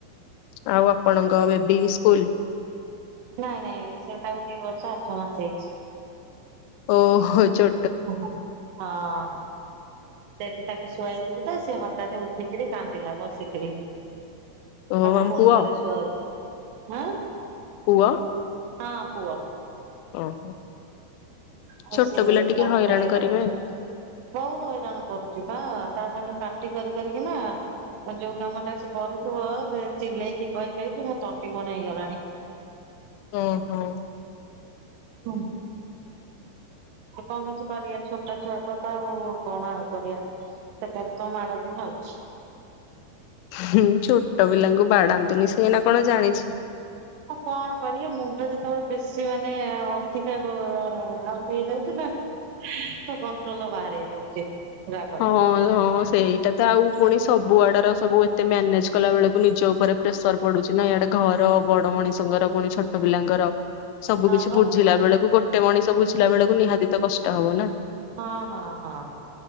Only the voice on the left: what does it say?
ଆଉ ଆପଣଙ୍କ ଏବେ ବି ସ୍କୁଲ?
ଓହୋ ଚୋ
ଓହୋ
ଆମ
ପୁଅ
ପୁଅ।
ଓହୋ।
ଛୋଟ
ପିଲା ଟିକେ
ହଇରାଣ
କରିବେ
ହୁଁ ହଁ।
ହୁଁ ଛୋଟ ପିଲାଙ୍କୁ ବାଡାନ୍ତୁନି ସେ ଏନା କଣ ଜାଣିଛି?
ହଁ
ହଁ ସେଇ ଏଟା ତ ଆଉ ପୁଣି ସବୁ ଆଡର ସବୁ ଏତେ ମ୍ୟାନେଜ କଲା ବେଳକୁ ନିଜ ଉପରେ ପ୍ରେସର ପଡୁଛି ନା ଏଆଡେ ଘର ବଡ ମଣିଷଙ୍କର ପୁଣି ଛୋଟ ପିଲାଙ୍କର। ସବୁ
କିିଛି
ବୁଝିଲା ବେଳକୁ ଗୋଟେ ମଣିଷ ବୁଝିଲା ବେଳକୁ ନିହାତି ତ କଷ୍ଟ ହବ ନା।